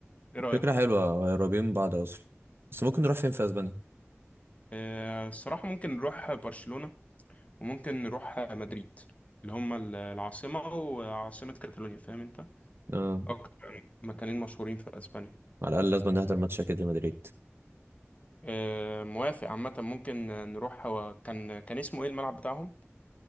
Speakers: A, on the left; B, on the right.
A: ايه رأيك؟
B: فكرة حلوة قريبين من بعض أصلا بس ممكن نروح فين في أسبانيا
A: آه، الصراحة ممكن نروح برشلونة وممكن نروح مدريد اللي هم ال- العاصمة وعاصمة كاتالونيا فاهم انت
B: اه
A: أكتر مكانين مشهورين في أسبانيا
B: على الأقل لازم نحضر ماتش أكيد لمدريد
A: آه، موافق عامة ممكن نروح هو كان كان اسمه ايه الملعب بتاعهم